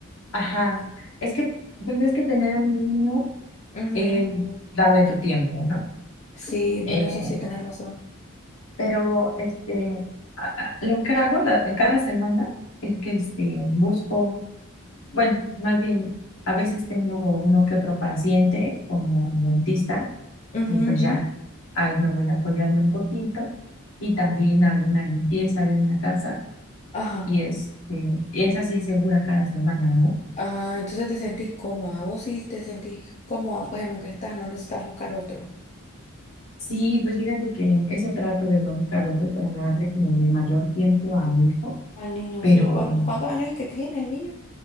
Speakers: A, on the left; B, on the left.
A: ajá, es que pues es que tener uno
B: Ujú.
A: es darle tu tiempo, ¿no?
B: Sí, bueno,
A: Eh,
B: eso sí, tenés razón.
A: pero este, a- a- lo que hago la- cada semana es que este, busco Bueno, más bien, a veces tengo uno que otro paciente como dentista
B: Ujú,
A: y pues
B: ujú.
A: ya ahí me voy apoyando un poquito y también hago una limpieza de una casa
B: Ajá.
A: y es, es así segura cada semana, ¿no?
B: Ah, entonces te sentís cómoda. Vos sí te sentís cómoda, bueno, que estás, no necesitas buscar otro.
A: Sí, pues fíjate que eso trato de no buscar otro para darle como mi mayor tiempo a mi hijo,
B: Al niño,
A: pero
B: sí. ¿Cuán- ¿Cuántos años es que tiene el niño?